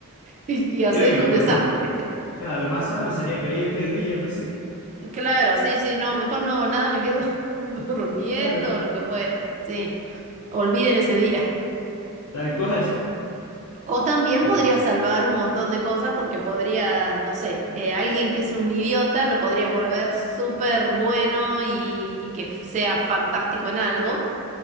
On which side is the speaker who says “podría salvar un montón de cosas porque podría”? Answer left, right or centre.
Right